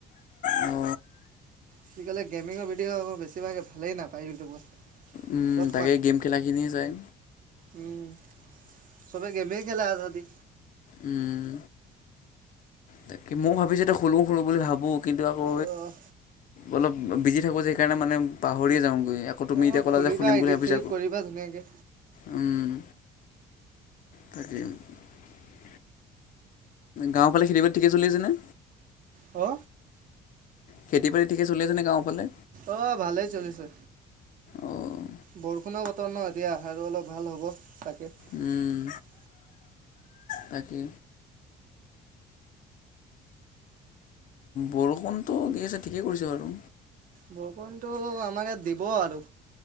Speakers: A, on the left (about 50°); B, on the right (about 50°).
A: অঁ
B: কি ক'লে গমিৰ ভিডিঅ' বেছিভাগ ভালেই নাপায় ইউটিউবত
A: উম
B: চব
A: তাকে গেম খেলাখিনি যায়।
B: উম। চবে গেমে খেলে আজাদি।
A: উম, তাকে মইয়ো ভাবিছোঁ এতিয়া খোলো খোলো বুলি ভাবো। কিন্তু আকৌ
B: অঁ
A: অলপ বিজি থাকো যে সেইকাৰণে মানে পাহৰিয়ে যাওঁ। আকৌ তুমি এতিয়া
B: অঁ
A: কলা
B: খুলিবা
A: যে খুলিম
B: এডিট
A: বুলি ভাবিছা
B: চেডিট কৰিবা ধুনীয়াকৈ
A: উম। <unintelligible> গাঁৱৰ ফালে খেতি বাতি থিকে চলি আছেনে?
B: অ
A: খেতি বাতি ঠিকে চলি আছেনে গাঁওফালে?
B: অ ভালেই চলিছে।
A: অঁ
B: বৰষুণৰ বতৰ ন এতিয়া আৰু অলপ ভাল হ'ব তাকে <unintelligible>
A: উম, তাকে। বৰষুণটো দি আছে ঠিকেই কৰিছে বাৰু।
B: বৰষুণতটো আমাৰ ইয়াত দিব আৰু